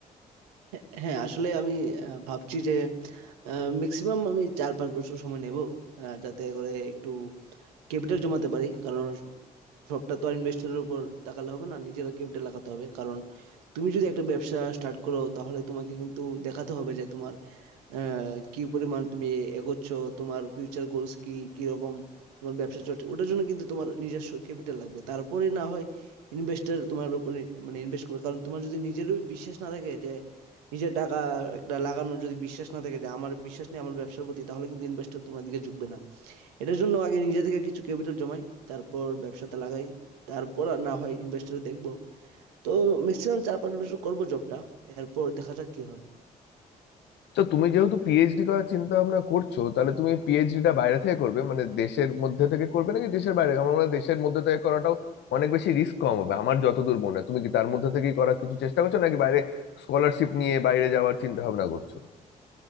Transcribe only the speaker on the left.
তো তুমি যেহেতু পিএইচডি করার চিন্তা ভাবনা করছো তাহলে তুমি পিএইচডিটা বাইরে থেকে করবে মানে দেশের মধ্যে থেকে করবে নাকি দেশের বাইরে আমার মনে হয় দেশের মধ্যে থেকে করাটাও অনেক বেশি রিস্ক কম হবে আমার যতদূর মনে হয় তুমি কি তার মধ্যে থেকেই করার কিছু চেষ্টা করছো নাকি বাইরে স্কলারশিপ নিয়ে বাইরে যাওয়ার চিন্তা ভাবনা করছো